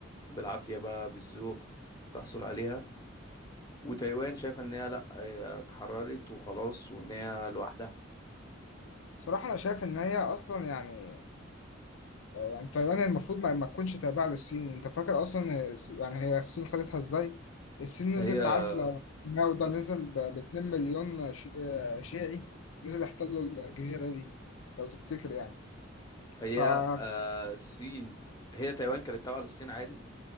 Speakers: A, on the left; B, on the left.
A: بالعافيه بقى بالذوق تحصل عليها وتايوان شايفه ان هي لا هي اتحررت وخلاص وان هي لوحدها
B: صراحة انا شايف ان هي اصلا يعني آه، يعني تايوان المفروض ما, ما تكونش تابعة للصين انت فاكر اصلا الس- يعني هي الصين خدتها ازاي الصين
A: هي
B: نزلت عارف لو ماو
A: است-
B: ده نزل ب 2 مليون ش- آه، شيعي نزل احتلوا الجزيرة دي لو تفتكر يعني
A: هي
B: فهي
A: آه، الصين هي تايوان كانت تابعه للصين عادي